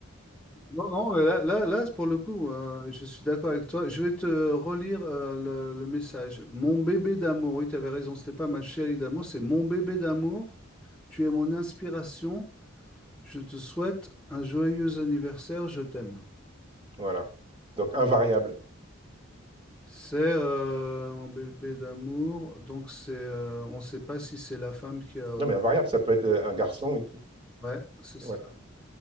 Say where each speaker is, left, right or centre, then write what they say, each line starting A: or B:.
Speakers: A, in the centre; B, on the right.
A: Non, non, mais là, là, là, pour le coup, euh, je suis d'accord avec toi. Je vais te relire euh, le, le message. Mon bébé d'amour, oui, tu avais raison, c'était pas ma chérie d'amour, c'est mon bébé d'amour. Tu es mon inspiration. Je te souhaite un joyeux anniversaire. Je t'aime.
B: Voilà. Donc, invariable.
A: C'est euh, mon bébé d'amour. Donc c'est, euh, on ne sait pas si c'est la femme qui a
B: Non, mais invariable, ça peut être euh, un garçon, une fille.
A: Ouais, c'est ça.
B: Ouais.